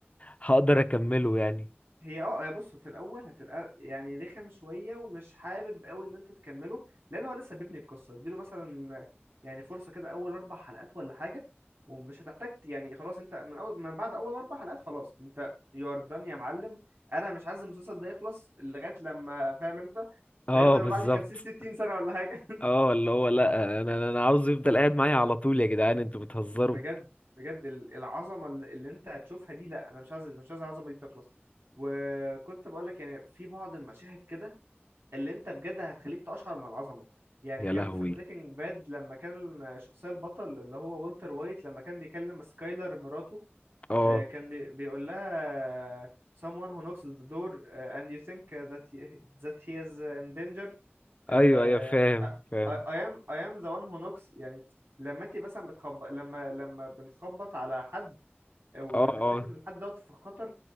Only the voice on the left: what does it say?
هقدر اكمله يعني
اه
بالظبط
اه اللي هو لا انا انا عاوز يفضل قاعد معايا على طول يا جدعان انتوا بتهزروا
يا
لهوي
اه
ايوه ايوه فاهم فاهم
اه اه